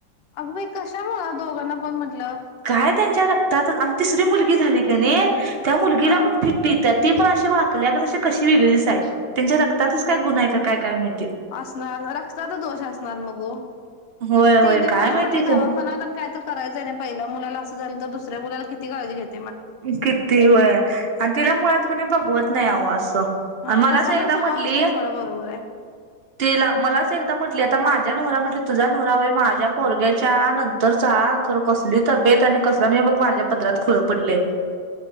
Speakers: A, on the left (about 65°); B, on the right (about 55°).
A: अगं बाई कशामुळ दोघांना पण म्हटल्यावर
B: काय त्यांच्या रक्तात आणि तिसरी मुलगी झाली की नाही त्या मुलगीला
A: हा
B: पण फिट ईत्यात ती पण अशी वाकल्या की तशी कशी वेगळीच आहे त्यांच्या रक्तातच काय
A: अं
B: गुण
A: अं
B: आहे का काय काय माहिती
A: असणार रक्ताचा दोष असणार मग ओ
B: होय होय
A: तेनी
B: काय
A: मला
B: माहिती
A: म्हटलं दवाखाना तेन काय तर करायचंय आहे की नाही पहिल्या मुलाला असं झाल तर दुसऱ्या मुलाला किती काळजी घेत
B: किती वय आणि तिला मुळात कणी बघवत नाही आवं असं
A: हा
B: आणि मलाच
A: तसा
B: एकदा
A: पण स्वभाव
B: म्हटली
A: असतोय सोडा बरोबर आहे
B: तिला मलाच एकदा म्हटली माझ्या नवऱ्याला म्हटली तुझा नवरा बाई माझ्या पोरग्याच्या नंतरचा खरं कसली तब्येत आणि आणि कसं बग बाई माझ्या पदरात
A: हम
B: खुळ पडलंय